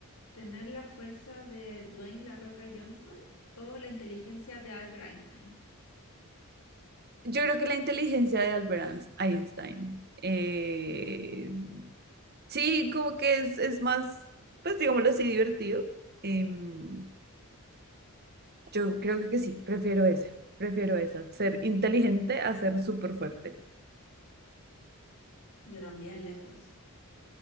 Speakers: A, on the left; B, on the right.
A: ¿Tener la fuerza de Dwayne La Roca Johnson o la inteligencia de Albert Einstein?
B: Yo creo que la inteligencia de Albert Einst- Einstein. eh, sí, como que es, es más, pues digámoslo así, divertido. Em, yo creo que sí, prefiero esa. Prefiero esa. Ser inteligente a ser súper fuerte.
A: Yo también, lejos.